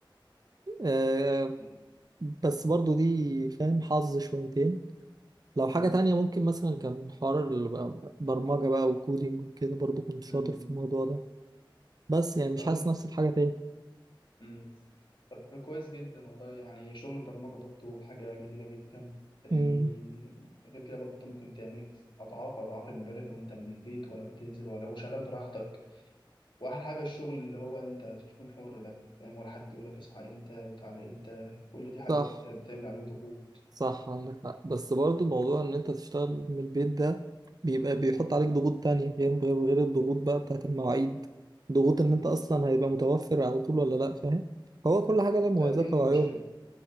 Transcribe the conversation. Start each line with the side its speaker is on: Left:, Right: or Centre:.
Right: آه
Left: مم.
Right: بس برضو دي فاهم حظ شويتين لو حاجة
Left: مم.
Right: تانية ممكن مثلا كان حوار البرمجة بقى برمجة بقى وكودينج وكده برضو كنت شاطر
Left: مم.
Right: في الموضوع ده بس يعني مش
Left: طب
Right: حاسس
Left: انت
Right: نفسي في حاجة تاني
Left: مم. طب كويس جدا والله يعني شغل البرمجه برضه حاجه جميله جدا لاني
Right: امم
Left: غير كده برضه انت ممكن تعمل اضعاف اضعاف المبالغ وانت من البيت ولا بتنزل ولا وشغال براحتك واحلى حاجه الشغل اللي هو انت بتكون حر ده فاهم ولا حد يقول لك اصحى امتى وتعالى امتى كل دي حاجات
Right: صح
Left: بتعمل عليك ضغوط
Right: صح عندك حق بس برضه الموضوع ان انت تشتغل من البيت ده بيبقى بيحط
Left: مم.
Right: عليك ضغوط تانية غير غير غير الضغوط بقى بتاعت المواعيد ضغوط ان
Left: مم.
Right: انت اصلا هيبقى متوفر على طول ولا لا فاهم هو كل حاجة لها مميزاتها
Left: آه، دي المشكله
Right: وعيوبها